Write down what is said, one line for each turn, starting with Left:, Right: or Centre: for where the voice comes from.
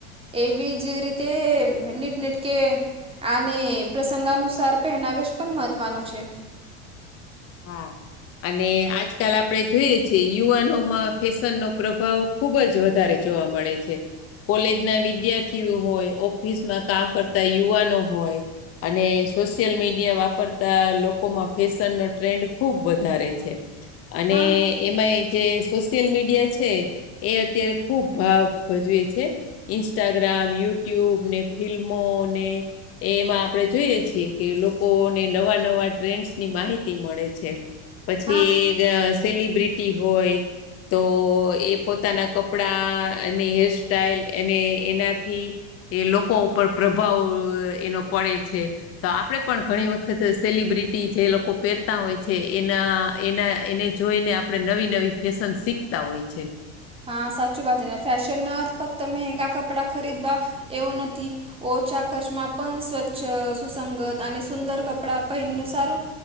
Right: એવી જ રીતે નીટ નીટ કે અને પ્રસંગાનુસાર પહેનાવેશ પણ મહત્ત્વનું છે
Left: હા અને આજકાલ આપણેે જોઈએ છેીએ યુવાનોમાં ફેશન નો પ્રભાવ ખુબ જ વધારે જોવા મળે છે કોલેજ ના વિદ્યાર્થીઓ હોય ઓફિસમાં કામ કરતા યુવાનો હોય અને સોશિયલ મીડિયા વાપરતા લોકોમાં ફેશનનો ટ્રેન્ડ ખૂબ વધારે છે અને
Right: હા
Left: એમાં એ જે સોશિયલ મીડિયા છે એ અત્યારે ખુબ ભાવ ભજવે છે ઇન્સ્ટાગ્રામ યુટ્યુબ ને ફિલ્મો ને એ એમાં આપણે જોઈએ છીએ કે લોકોને નવા નવા ટ્રેન્ડસ ની માહિતી મળે છે પછી
Right: હા
Left: સેલિબ્રિટી હોય તો એ પોતાના કપડાં અને હેરસ્ટાઈલ અને એનાથી એ લોકો ઉપર પ્રભાવ એનો પડે છે તો આપણેે પણ ઘણી વખત સેલિબ્રિટી જે લોકો પહેરતા હોય છે એના એના એને જોઈને આપણે નવી નવી ફેશન શીખતા હોય છે
Right: હા સાચી વાત ફેશનનો અર્થ ફક્ત મહેંગા કપડાં ખરીદવા એવો નથી ઓછા ખર્ચમાં પણ સ્વચ્છ સુસંગત અને સુંદર કપડા પહેનનું સારું